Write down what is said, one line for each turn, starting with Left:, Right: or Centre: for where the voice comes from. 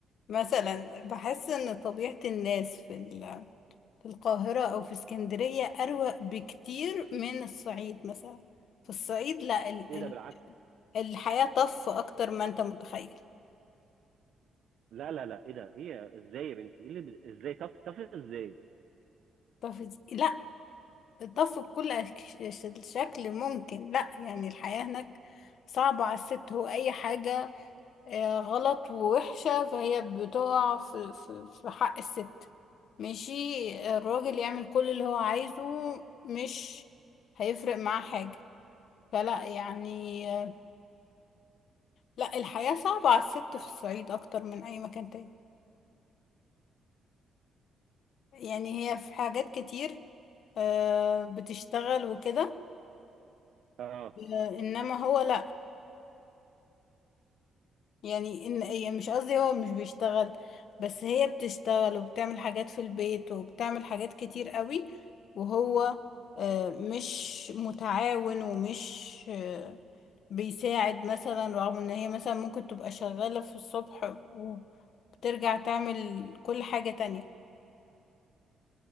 Left: مثلا بحس ان طبيعة الناس في ال- في القاهرة او في اسكندرية اروق بكتير من الصعيد مثلا في الصعيد لا ال
Right: إيه ده
Left: ال
Right: بالعكس
Left: الحياة طف اكتر ما انت متخيل
Right: لا لا لا إيه ده إيه يا- إزاي يا بنتي إيه اللي ب- إزاي طف طف إزاي
Left: طف إز- لا طف بكل أك- ش- شكل ممكن لا يعني الحياة هناك صعبة على الست هو اي حاجة آه، غلط ووحشة فهي بتقع في, في, في حق الست ماشي الراجل يعمل كل اللي هو عايزه مش هيفرق معاه حاجة فلا يعني آه، لا الحياة صعبة على الست في الصعيد أكتر من أي مكان تاني يعني هي في حاجات كتير آه، بتشتغل وكده
Right: آه
Left: آه، إنما هو لا يعني ان يعني مش قصدي هو مش بيشتغل بس هي بتشتغل وبتعمل حاجات في البيت وبتعمل حاجات كتير قوي وهو آه، مش متعاون ومش آه، بيساعد مثلا رغم ان هي مثلا ممكن تبقى شغالة في الصبح وبترجع تعمل كل حاجة تانية